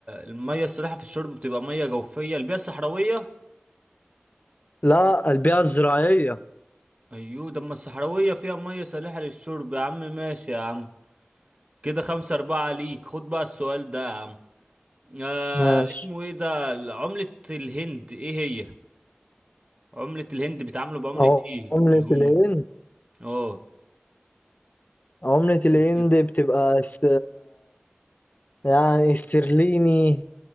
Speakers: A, on the right (about 35°); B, on the left (about 45°).
A: المية الصالحة في الشرب بتبقى مية جوفية البيئة الصحراوية
B: لا البيئة الزراعية
A: أيوة ده أما الصحراوية فيها مية صالحة للشرب يا عم ماشي يا عم كده خمسة أربعة ليك خد بقى السؤال ده يا عم آه
B: ماشي
A: اسمه ايه ده عملة الهند ايه هي عملة الهند بيتعاملوا بعملة
B: عم-
A: ايه
B: عملة
A: الهنود
B: الهند
A: اه
B: عملة الهند
A: كده
B: بتبقى س... يعني استرليني